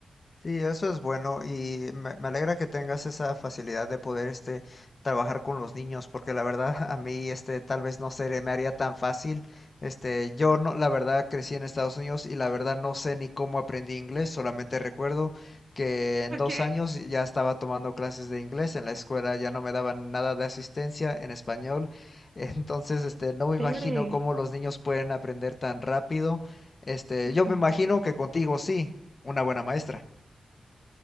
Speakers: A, on the left (about 40°); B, on the right (about 40°).
A: Sí, eso es bueno y me, me alegra que tengas esa facilidad de poder este trabajar con los niños, porque la verdad <laughs> a mí este tal vez no se me haría tan fácil. Este, yo no, la verdad crecí en Estados Unidos y la verdad no sé ni cómo aprendí inglés, solamente recuerdo que en
B: Ok,
A: dos años ya estaba tomando clases de inglés en la escuela, ya no me daban nada de asistencia en español, <laughs> entonces este no me
B: chévere.
A: imagino cómo los niños pueden aprender tan rápido. Este,
B: Ujú.
A: yo me imagino que contigo sí, una buena maestra.